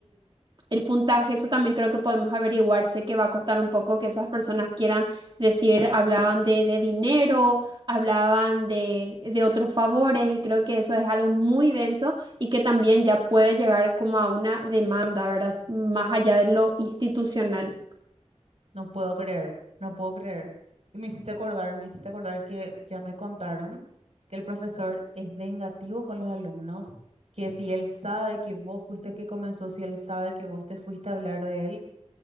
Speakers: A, on the right; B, on the right.
A: el puntaje, eso también creo que podemos averiguar. Sé que va a costar un poco que esas personas quieran decir, hablaban de, de dinero, hablaban de, de otros favores y creo que eso es algo muy denso y que también ya puede llegar como a una demanda, ¿verdad? Más allá de lo institucional.
B: No puedo creer, no puedo creer. Y me hiciste acordar, me hiciste acordar que ya me contaron que el profesor es vengativo con los alumnos, que si él sabe que vos fuiste el que comenzó, si él sabe que vos te fuiste a hablar de él,